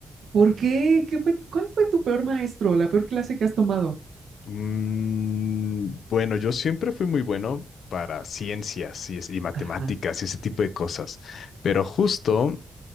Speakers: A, on the right; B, on the left.
A: ¿Por qué? ¿Qué fue tu- cuál fue tu peor maestro, la peor clase que has tomado?
B: Mm, bueno, yo siempre fui muy bueno para ciencias y, es- y matemáticas
A: Ajá.
B: y ese tipo de cosas, pero justo